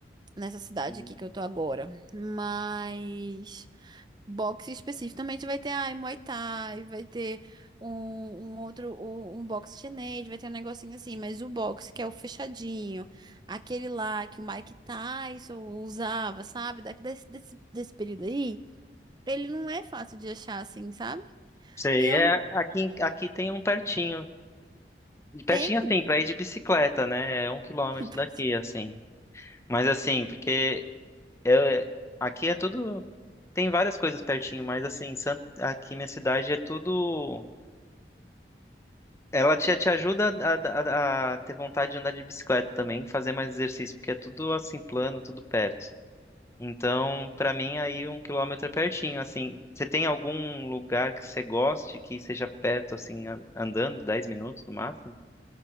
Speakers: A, on the right; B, on the left.
A: nessa cidade
B: hum,
A: aqui que eu tô agora. Mas boxe especificamente vai ter, ai, Muay Thai, vai ter um, um outro, um, um boxe chinês, vai ter um negocinho assim, mas o boxe que é o fechadinho, aquele lá que o Mike Tyson usava, sabe? Daqui desse, desse, desse período aí, ele não é fácil de achar assim, sabe?
B: você
A: E eu
B: é aqui, em- aqui tem um pertinho. E Pertinho
A: tenho
B: assim, pra ir de bicicleta, né? É um quilômetro
A: <laughs>
B: daqui, assim. Mas assim, porque eu, aqui é tudo. Tem várias coisas pertinho, mas assim, Sant- aqui minha cidade é tudo. Ela te, te ajuda a, a- a ter vontade de andar de bicicleta também, fazer mais exercício, porque é tudo assim plano, tudo perto. Então, pra mim, aí um quilômetro é pertinho, assim. Você tem algum lugar que você goste que seja perto, assim, an- andando, dez minutos no máximo?